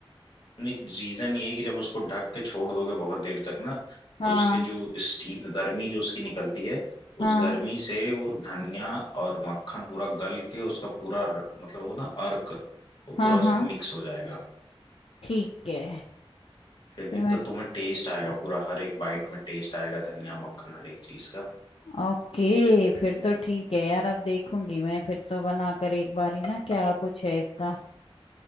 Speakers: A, on the left; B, on the left.
A: रीजन ये है कि जब उसको ढक के छोड़ दोगे बहुत देर तक ना
B: हाँ
A: तो उसके जो स्टीम गर्मी जो उसकी निकलती है
B: हाँ
A: उस गर्मी से वो धनिया और मक्खन पूरा गल के उसका पूरा र- मतलब वो ना अर्क वो
B: हाँ
A: पूरा उसमें
B: हाँ
A: मिक्स हो जाएगा
B: ठीक है
A: फिर भी
B: फिर
A: तो
B: मैं
A: तुम्हें टेस्ट आएगा पूरा हर एक बाइट में टेस्ट आएगा धनिया मक्खन हर एक चीज का
B: ओके फिर तो ठीक है यार अब देखूंगी मैं फिर तो बनाकर एक बार ही ना क्या कुछ है इसका